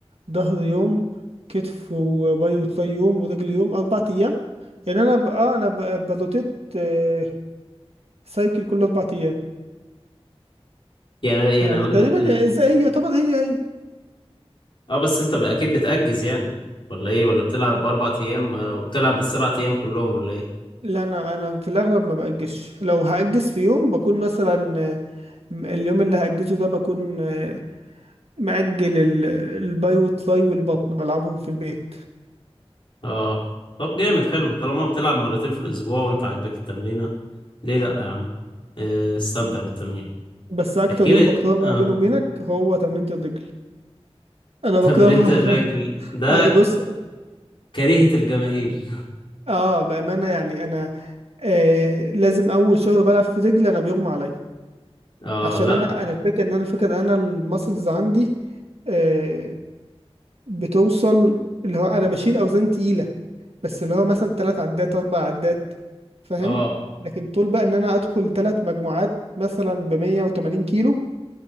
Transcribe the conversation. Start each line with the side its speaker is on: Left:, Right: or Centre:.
Right: ظهر يوم كتف وباي وتراي يوم ورجل يوم اربع ايام يعني انا بقى انا بقى بروتيت آه، سايكل كل اربع ايام
Left: يعني يعني
Right: يعني
Left: ال...
Right: تقريبا
Left: ال...
Right: زي هي يعتبر هي هي
Left: اه بس انت اكيد بتأجز يعني ولا ايه ولا بتلعب اربع ايام آه، وبتلعب السبع ايام كلهم ولا ايه
Right: لا انا انا في الاغلب ما باجزش لو هاجز في يوم بكون مثلا آه، اليوم اللي هاجزه ده بكون آه، مأجل ال- الباي والتراي والبطن بلعبهم في البيت
Left: اه طب جامد حلو طالما بتلعب مرتين في الاسبوع وانت عاجبك التمرينة ليه لا يا عم آه، استمتع بالتمرين
Right: بس اكتر
Left: احكي
Right: يوم
Left: لي
Right: بكرهه بقى
Left: اه
Right: بيني وبينك هو تمرينة الرجل انا
Left: تمرينة
Right: بكرهها
Left: الرجل
Right: <laughs>
Left: ده
Right: أي بص
Left: كريهة الجماهير
Right: اه بامانه يعني انا آه لازم اول شغل بلعب في رجلي انا بيغمى عليا
Left: اه
Right: عشان
Left: لا
Right: انا انا الفكره ان انا الفكره ان انا الماسلز عندي آه بتوصل اللي هو انا بشيل اوزان تقيله بس اللي هو مثلا ثلاث عدات اربع عدات فاهم
Left: اه
Right: لكن طول بقى ان انا ادخل ثلاث مجموعات مثلا ب 180 كيلو